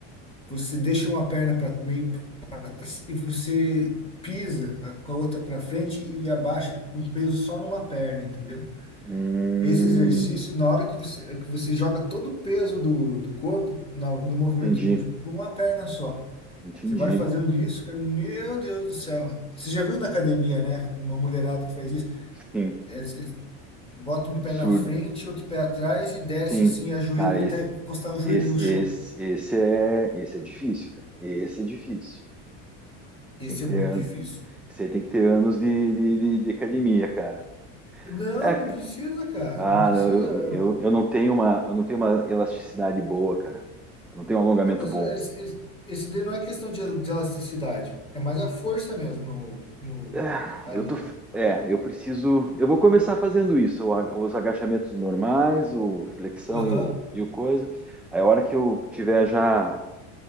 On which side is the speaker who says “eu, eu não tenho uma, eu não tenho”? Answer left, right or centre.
Centre